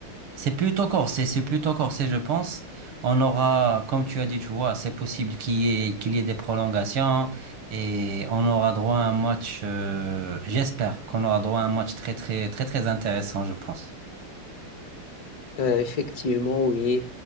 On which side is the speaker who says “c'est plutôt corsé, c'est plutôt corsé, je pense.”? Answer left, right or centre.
Right